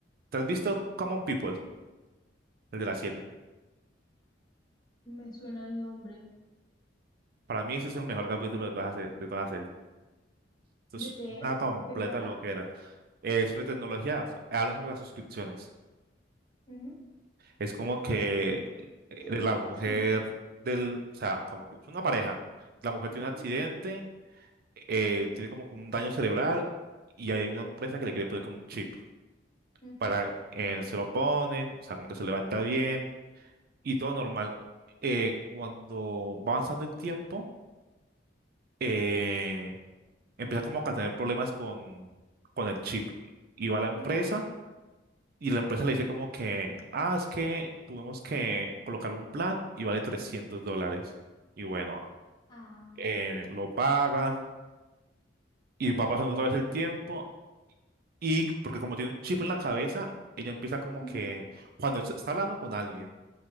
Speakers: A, on the right; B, on the left.
A: ¿Te
B: Sí,
A: has visto Common People, el de las siete?
B: me suena el nombre.
A: Para mí ese es el mejor capítulo de toda la, se- de toda la serie. Esto
B: ¿De
A: es
B: qué
A: una
B: es?
A: completa
B: ¿De qué trata?
A: loquera. Eh, sobre tecnología, so- habla sobre las suscripciones.
B: Ujú.
A: Es como que eh,
B: <coughs>
A: la mujer
B: <clears throat>
A: del, o sea, como que es una pareja. La mujer tiene
B: Ujú,
A: un accidente, eh, tiene como que un daño cerebral y hay una empresa que le quiere poner como un chip
B: ujú.
A: para, eh, se lo ponen, o sea, como que se levanta bien y todo normal. Eh, cuando va avanzando el tiempo, eh, empieza como que a tener problemas con, con el chip y va a la empresa
B: Ok.
A: Y la empresa le dice como que, ah, es que tuvimos que colocar un plan y vale trescientos dólares. Y bueno,
B: Ah,
A: eh, lo pagan y va pasando otra vez el tiempo. Y porque como tiene un chip en la cabeza, ella empieza como
B: ujú.
A: que, cuando est- está hablando con alguien,